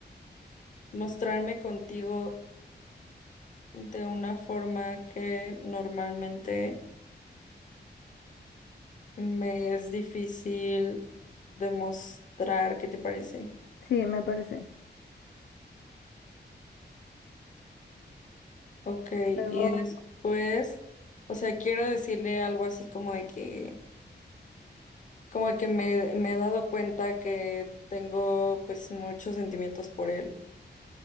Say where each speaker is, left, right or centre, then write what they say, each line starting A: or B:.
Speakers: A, on the left (about 45°); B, on the left (about 70°).
A: mostrarme contigo de una forma que normalmente me es difícil demostrar. ¿Qué te parece?
B: Sí, me parece.
A: Ok,
B: Luego,
A: y después, o sea, quiero decirle algo así como de que, como de que me, me he dado cuenta que tengo pues muchos sentimientos por él.